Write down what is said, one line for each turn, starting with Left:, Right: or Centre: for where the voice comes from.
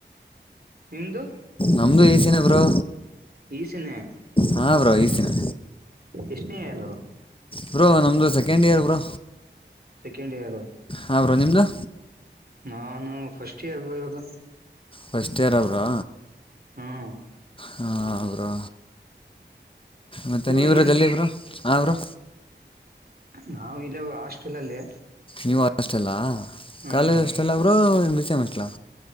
Right: ನಿಮ್ದು.
Left: ನಮ್ದು ಈಸಿ ನೆ ಬ್ರೋ.
Right: ಈ ಸಿ ಸಿ ನೇ
Left: ಹಾಂ ಬ್ರೋ ಈ ಸಿನೇ
Right: ಎಷ್ಟನೆ ಇಯರು.
Left: ಬ್ರೋ ನಮ್ಮದು second year bro.
Right: Second year.
Left: ಹಾ ಬ್ರೋ ನಿಮ್ಮದುು.
Right: ನಾನು ಫಸ್ಟ್ ಇಯರ್ ಬ್ರೋ ಇವಾಗ.
Left: ಹೊಸ್ ಯಾರ್ರ ಬ್ರೋ.
Right: ಹ್ಮ
Left: ಹಾ ಬ್ರೋ ಮತ್ತೆ ನೀವು
Right: ಇ
Left: ಇರದೆಲ್ಲಿ
Right: ಏನ್
Left: ಬ್ರೋ ಹಾ ಬ್ರೋ.
Right: ನಾವು ಇಲ್ಲ ಹಾಸ್ಟೆಲ್ ಅಲ್ಲಿ.
Left: ನೀವು ಹಾಸ್ಟೆಲ್ಲಾ
Right: ಹ್ಮ್
Left: ಕಾಲೇಜ್ ಹಾಸ್ಟೆಲ್ ಬ್ರೋ ಬಿಸಿಂ ಹಾಸ್ಟೆಲ್ಲಾ.